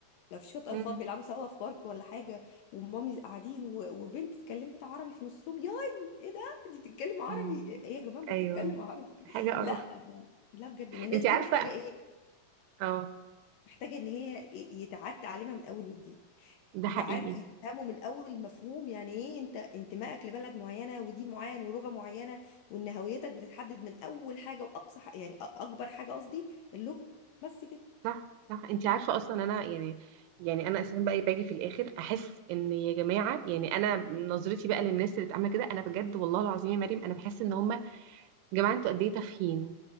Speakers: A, on the left (about 70°); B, on the right (about 85°).
A: لو في شويه اطفال
B: امم
A: بيلعبوا سوا في بارك ولا حاجه ومامي قاعدين و- وبنت اتكلمت عربي في نصهم ياي ايه ده دي بتتكلم عربي
B: امم
A: ايه يا جماعه بتتكلم
B: ايوه
A: عربي
B: حاجه
A: <laughs>
B: قرف
A: لا لا بجد إن الناس
B: انت
A: دي
B: عارفه
A: محتاجه ايه
B: اه
A: محتاجه ان هي يتعاد تعليمها من اول وجديد
B: ده
A: يتعاد
B: حقيقي
A: يفهموا من اول المفهوم يعني ايه انت انتمائك لبلد معينه ودين معين ولغه معينه وان هويتك بتتحدد من اول حاجه واقصى ح- يعني أ- اكبر حاجه قصدي اللغه بس كده
B: صح صح انت عارفه اصلا انا يعني يعني انا اساسا بقى باجي في الاخر احس ان يا جماعه يعني انا نظرتي بقى للناس اللي بتعمل كده انا بجد والله العظيم يا مريم انا بحس ان هم يا جماعه انتوا قد ايه تافهين